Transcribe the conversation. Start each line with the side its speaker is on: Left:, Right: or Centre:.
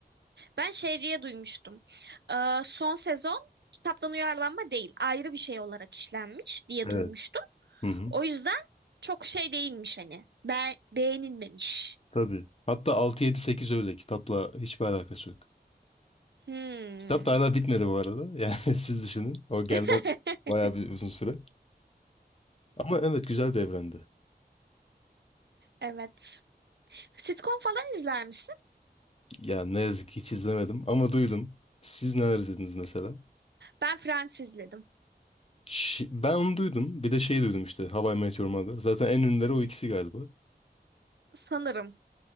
Right: Ben şey diye duymuştum. Ee, son sezon kitaptan uyarlanma değil, ayrı bir şey olarak işlenmiş diye
Left: Evet.
Right: duymuştum.
Left: Hı hı.
Right: O yüzden çok şey değilmiş hani. Ben beğenilmemiş.
Left: Tabii. Hatta altı yedi sekiz öyle. Kitapla hiçbir alakası yok.
Right: Hmm.
Left: Kitap da hala bitmedi bu arada. Yani <laughs> siz düşünün. O gelmez
Right: <laughs>
Left: bayağı bir uzun süre. Ama evet güzel bir evrendi.
Right: Evet. Sitcom falan izler misin?
Left: Ya ne yazık ki hiç izlemedim ama duydum. Siz neler izlediniz mesela?
Right: Ben Friends izledim.
Left: Ş- ben onu duydum. Bir de şey duydum işte How I Met Your Mother. Zaten en ünlüleri o ikisi galiba.
Right: Sanırım.